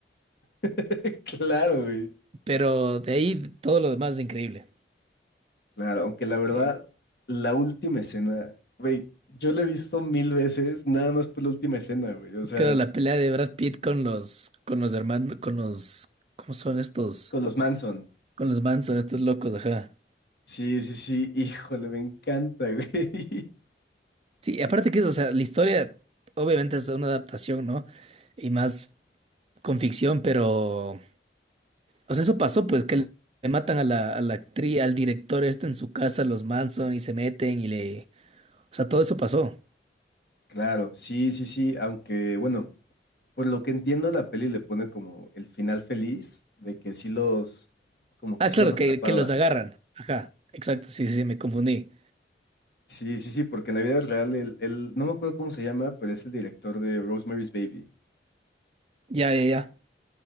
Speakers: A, on the left; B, on the right.
A: <laughs> Claro, güey.
B: Pero de ahí todo lo demás es increíble.
A: Claro, aunque la verdad,
B: Sí.
A: la última escena, güey, yo la he visto mil veces, nada más por la última escena, güey, o sea,
B: Claro, la pelea de Brad Pitt con los, con los hermanos, con los, ¿cómo son estos?
A: con los Manson.
B: Con los Manson, estos locos, ajá.
A: Sí, sí, sí, híjole, me encanta, güey. <laughs>
B: Sí, aparte que eso, o sea, la historia obviamente es una adaptación, ¿no? Y más con ficción, pero... O sea, eso pasó, pues, que le le matan a la, a la actriz, al director este en su casa, los Manson, y se meten y le... O sea, todo eso pasó.
A: Claro, sí, sí, sí, aunque bueno, por lo que entiendo la peli le pone como el final feliz de que sí los, como que
B: Ah,
A: sí
B: claro,
A: los atrapaban.
B: que, que los agarran. Ajá, exacto, sí, sí, sí, me confundí.
A: Sí, sí, sí, porque en la vida real el, el- no me acuerdo cómo se llama, pero es el director de Rosemary's Baby.
B: Ya, ya, ya.